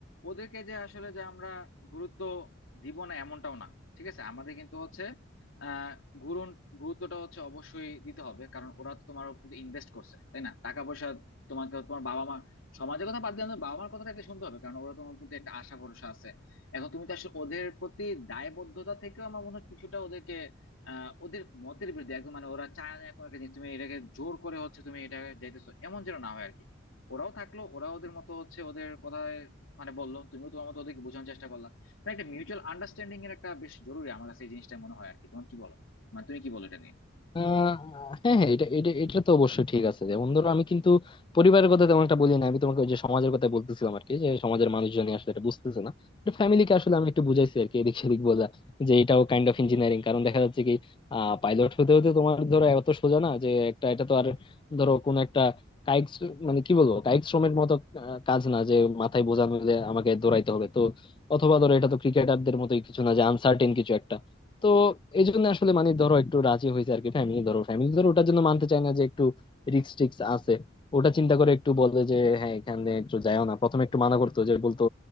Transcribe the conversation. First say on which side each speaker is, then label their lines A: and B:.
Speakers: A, on the left; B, on the left.
A: ওদেরকে যে আসলে যে আমরা গুরুত্ব দিব না এমনটাও না ঠিক আছে আমাদের কিন্তু হচ্ছে আহ গুরুন- গুরুত্বটা হচ্ছে অবশ্যই দিতে হবে কারণ ওরা তো তোমার প্রতি ইনভেস্ট করছে তাই না টাকা পয়সা তোমাকে তোমার বাবা মা সমাজের কথা বাদ দিয়ে আমাদের বাবা মার কথাটা একটা শুনতে হবে কারণ ওরা তোমার প্রতি একটা আশা ভরসা আছে এখন তুমি তো আসলে ওদের প্রতি দায়বদ্ধতা থেকেও আমার মনে হয় কিছুটা ওদেরকে আহ ওদের মতের বিরুদ্ধে একদম মানে ওরা চায় না কোনো একটা জিনিস তুমি এটাকে জোর করে হচ্ছে তুমি এটা যাইতেছো এমন যেন না হয় আর কি ওরাও থাকলো ওরা ওদের মতো হচ্ছে ওদের কথায় মানে বললো তুমিও তোমার মতো ওদেরকে বোঝানোর চেষ্টা করলা মানে একটা মিউচুয়াল আন্ডারস্ট্যান্ডিং এর একটা বেশ জরুরি আমার কাছে এই জিনিসটা মনে হয় আর কি তোমার কি বলো মানে তুমি কি বলো এটা নিয়ে
B: আহ হ্যাঁ হ্যাঁ এটা এটা এটা তো অবশ্যই ঠিক আছে যেমন ধরো আমি কিন্তু পরিবারের কথা তেমন একটা বলি না আমি তোমাকে ওই যে সমাজের কথা বলতেছিলাম আর কি যে সমাজের মানুষজন আসলে এটা বুঝতেছে না ফ্যামিলিকে আসলে আমি একটু বুঝাইছি আর কি এদিক সেদিক বোঝা যে এটাও কাইন্ড অফ ইঞ্জিনিয়ারিং কারণ দেখা যাচ্ছে কি আহ পাইলট হতে হতে তোমার ধরো এত সোজা না যে একটা এটা তো আর ধরো কোন একটা কায়িক শ্র- মানে কি বলবো কায়িক শ্রমের মতো আহ, কাজ না যে মাথায় বোঝা নিলে আমাকে দৌড়াইতে হবে তো অথবা ধরো এটা তো ক্রিকেটারদের মতোই কিছু না যে আনসার্টেন কিছু একটা তো এই জন্য আসলে মানে ধরো একটু রাজি হয়েছে আর কি ফ্যামিলি ধরো ফ্যামিলি ধরো ওটার জন্য মানতে চায় না যে একটু রিক্স টিক্স আছে ওটা চিন্তা করে একটু বলে যে হ্যাঁ এখানে একটু যাও না প্রথমে একটু মানা করতো যে বলতো